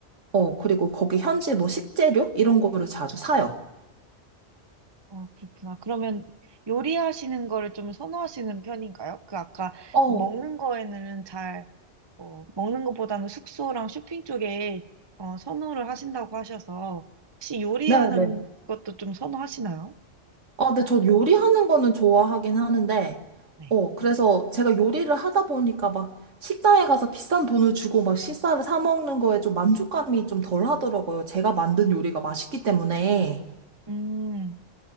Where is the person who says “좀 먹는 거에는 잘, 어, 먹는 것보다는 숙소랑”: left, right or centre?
Right